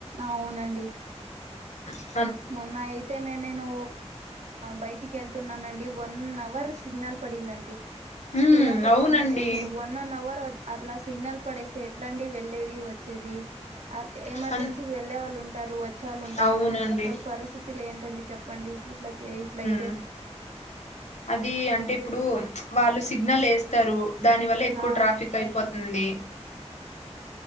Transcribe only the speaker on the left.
ఆ
ఉమ్
అవునండి
అ
అవునండి
మ్ అది అంటే ఇప్పుడు వాళ్ళు సిగ్నల్ వేస్తారు దాని వల్ల ఎక్కువ
ట్రాఫిక్ అయిపోతుంది